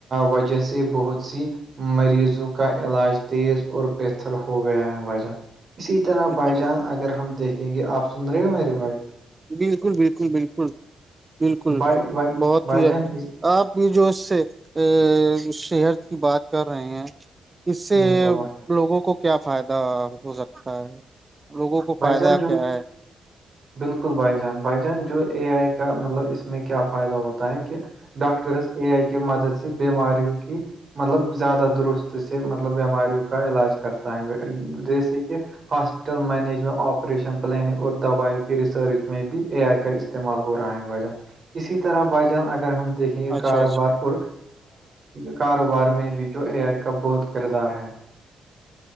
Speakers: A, on the right; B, on the right.
A: وجہ سے بہت سی مریضوں کا علاج تیز اور بہتر ہو گیا ہے وجہ اسی طرح
B: اچھا
A: بائی جانس اگر ہم دیکھیں گے آپ سن رہے ہو میرے بائی
B: بالکل بالکل بالکل بالکل
A: بھائی بھائی
B: بہت
A: بھائی
B: ہی
A: جان
B: ہے
A: اس-
B: آپ یہ جو اس سے ا شہر کی بات کر رہے ہیں اس سے
A: بالکل بھائی
B: لوگوں کو کیا فائدہ ہو سکتا ہے لوگوں کو
A: بھائی
B: فائدہ
A: جان جو
B: کیا ہے
A: بالکل بھائی جان بھائی جان جو اے آئی کا مطلب اس میں کیا فائدہ ہوتا ہے ت کہ ڈاکٹرس اے آئی کےے مدد سے بیماریوں کی مطلب زیادہ درست سے مطلب بیماریوں کا علاج کرتا ہے جیسے کہ ہاسپٹل مینج اس میں آپریشن پلانگ اور دوائیوں کے ریسرچ میں بھی اے آئی کا استعمال ہو رہا ہے وجہ اسی طرح بائی جانس اگر ہم دیکھیں گے
B: اچھا
A: کاروبار
B: اچھا
A: پر کاروبار میں بھی جو اے آئی کا بہت کردار ہے